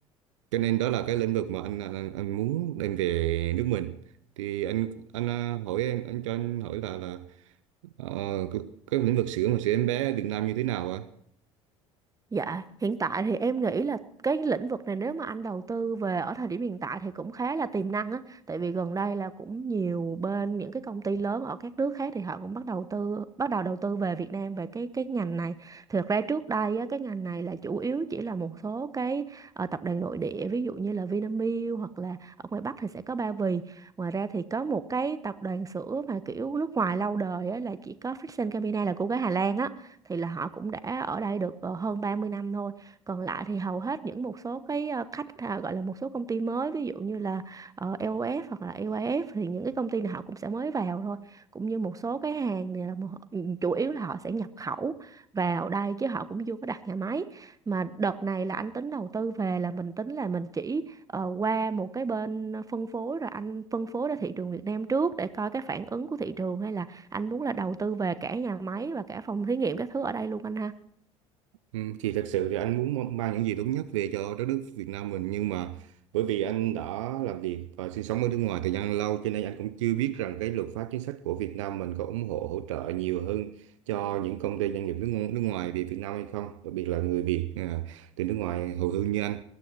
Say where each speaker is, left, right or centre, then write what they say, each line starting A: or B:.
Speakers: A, on the right; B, on the right.
A: cho nên đó là cái lĩnh vực mà anh anh, anh muốn đem về nước mình thì anh anh à, hỏi em anh cho anh hỏi là là ờ, cái, cái lĩnh vực sữa mà sữa em bé ở Việt Nam như thế nào ạ
B: Dạ, hiện tại thì em nghĩ là cái lĩnh vực này nếu mà anh đầu tư về ở thời điểm hiện tại thì cũng khá là tiềm năng á, tại vì gần đây là cũng nhiều bên những cái công ty lớn ở các nước khác thì họ cũng bắt đầu tư bắt đầu đầu tư về Việt Nam về cái cái ngành này. Thực ra trước đây á, cái ngành này là chủ yếu chỉ là một số cái ờ, tập đoàn nội địa ví dụ như là Vinamilk hoặc là ở ngoài Bắc thì sẽ có Ba Vì. Ngoài ra thì có một cái tập đoàn sữa mà kiểu nước ngoài lâu đời á, là chỉ có Friesen Campina là của cái Hà Lan á thì là họ cũng đã ở đây được ờ, hơn 30 năm thôi còn lại thì hầu hết những một số cái ờ, khách à, gọi là một số công ty mới ví dụ như là ờ, LOF hoặc là EYF thì những cái công ty này họ cũng sẽ mới vào thôi cũng như một số cái hàng này là một, ừ, chủ yếu là họ sẽ nhập khẩu vào đây chứ họ cũng chưa có đặt nhà máy mà đợt này là anh tính đầu tư về là mình tính là mình chỉ ờ, qua một cái bên phân phối rồi anh phân phối ra thị trường Việt Nam trước để coi cái phản ứng của thị trường hay là anh muốn là đầu tư về cả nhà máy và cả phòng thí nghiệm các thứ ở đây luôn anh ha
A: Ừ, thì thật sự thì anh muốn mang những gì tốt nhất về cho đất nước Việt Nam mình nhưng mà bởi vì anh đã làm việc và sinh sống ở nước ngoài thời gian lâu cho nên anh cũng chưa biết rằng cái luật pháp chính sách của Việt Nam mình có ủng hộ hỗ trợ nhiều hơn cho những công ty doanh nghiệp nước ngo- nước ngoài về Việt Nam hay không đặc biệt là người Việt à, từ nước ngoài hồi hương như anh